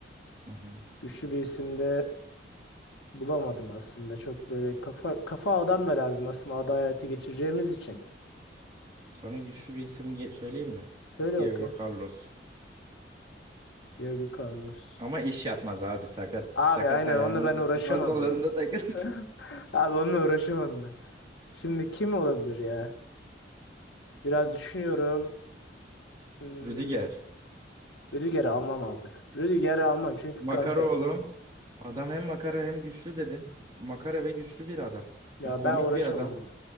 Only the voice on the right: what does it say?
Hı hı.
Sana güçlü bir isim ge- söyleyeyim mi?
Diego
Carlos.
Ama iş yapmaz abi. Sakat
sakat
ayağına
<laughs> spor salonunda
takılır.
<laughs> Rüdiger.
Makara
oğlum. Adam hem makara hem güçlü dedin. Makara ve güçlü bir adam.
Komik
bir adam.